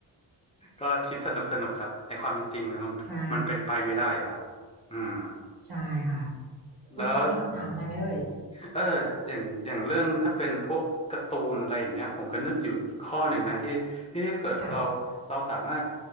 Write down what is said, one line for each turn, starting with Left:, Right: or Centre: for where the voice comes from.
Left: ก็คิดสนุกสนุกครับ ในความเป็นจริง
Right: ใช่
Left: มันเป็นไปไม่ได้อยู่แล้วอืม
Right: ใช่ค่ะคุณปอมีคำถามอะไรไหมเอ่ย
Left: แล้ว เอออย่างอย่างเรื่องถ้าเป็นพวกการ์ตูนอะไรอย่างเงี้ยผมก็นึกอยู่อีกข้อหนึ่งนะ ที่ที่เกิดเราเราสามารถ
Right: ค่ะ